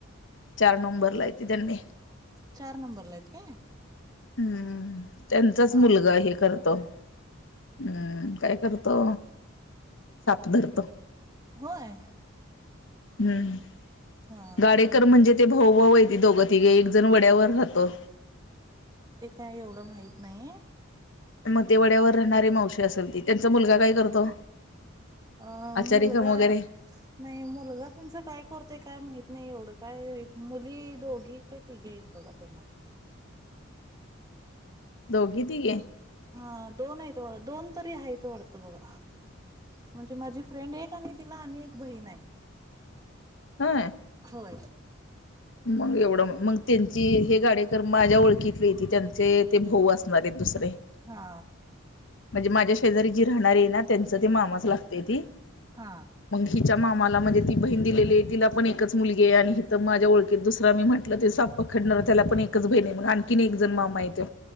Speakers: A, on the left (about 65°); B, on the right (about 20°).
A: चार नंबर ला हायटी त्यांनी.
B: चार नंबरला आहेत काय.
A: हम्म त्यांचाच
B: हा
A: मुलगा हे करतो. अ काय करतो साप धरतो.
B: होय
A: हम्म
B: हा
A: गाडेकर
B: हा
A: म्हणजे ते भाऊभऊती दोघं तिघे एक जण वड्यावर अतो.
B: ते काय एवढं माहत नाही.
A: मते वाड्यावर राहणारी मावशी असेल ती त्यांचा मुलगा काय करतो.
B: अ
A: आचारी
B: मुलगा
A: काम वगैरे
B: नाही मुलगा त्यांचं काय करतोय काय माहित नाही एव्हडं. काय मुली दोघी काय तिघे आहेत बघा त्यांना.
A: दोघ तीघी.
B: हा दोन आहेतथ वाढत दोन तरी आहेथ वाढतं बघा. म्हणजे माझी फ्रेंड एक आणि तिला अने एक बहीण हाय.
A: व्हय.
B: हो.
A: मग एवढं मग त्यांची हे गाडेकर माझ्या ओळखीतली हायती त्यांचे ते भाऊ असणार आहेत दुसरे.
B: हा
A: म्हणजे माझ्या शेजारी जी राहणार आहे ना त्यांचं ते मामाच लागत्या ती.
B: हा
A: मग हिच्या मामाला म्हणजे ती बहीण दिलेली आहे तिला पण एकच मुलगी आहे आणि हित माझ्या ओळ की दुसरा मी म्हटलं ते साप पखडणार त्याला पण एकच बहीण आहे मग आणखीन एक जण मामा तो.